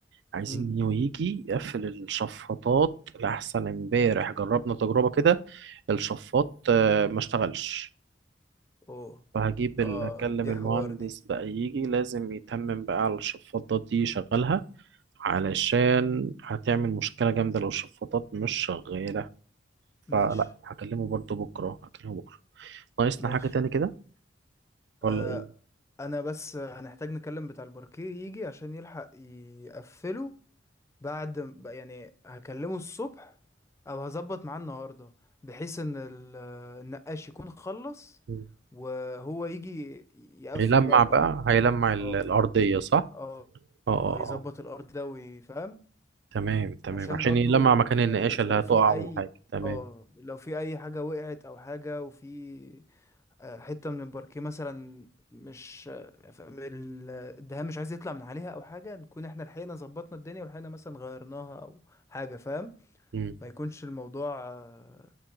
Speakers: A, on the right (about 65°); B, on the left (about 15°).
A: عايزين
B: امم
A: إنه يجي يقفل الشفاطات لأحسن امبارح جربنا تجربة كده الشفاط آه، ما اشتغلش
B: اوه
A: فهجيب ال...
B: اه
A: هكلم
B: دي
A: المهندس
B: حوار دي
A: بقى يجي لازم يتمم بقى على الشفاطات دي يشغلها علشان هتعمل مشكلة جامدة لو الشفاطات مش شغالة
B: ماشي
A: فلا هكلمه برضو بكرة هكلمه بكرة ناقصنا
B: ماشي
A: حاجة تاني كده ولا
B: آه
A: ايه؟
B: انا بس هنحتاج نكلم بتاع الباركيه يجي عشان يلحق يقفله بعد ب- يعني هكلمه الصبح او هظبط معاه النهارده بحيث ان ال- النقاش يكون خلص
A: مم.
B: وهو يجي يقفل
A: هيلمع
B: بقى الباركيه
A: بقى هيلمع ال-
B: اه
A: الأرضية صح؟
B: اه
A: اه اه
B: يظبط
A: اه
B: الارض ده ويفهم
A: تمام تمام
B: عشان
A: عشان
B: برضو
A: يلمع مكان
B: يعني
A: النقاشة
B: لو
A: اللي هتقع
B: في اي
A: والحاجة تمام
B: اه لو في اي حاجة وقعت او حاجة وفي آه، حتة من الباركيه مثلا مش آه، ف- ال- الدهان مش عايز يطلع من عليها او حاجة نكون احنا لحقنا ظبطنا الدنيا ولحقنا مثلا غيرناها او حاجة فاهم
A: مم.
B: ما يكونش الموضوع آه،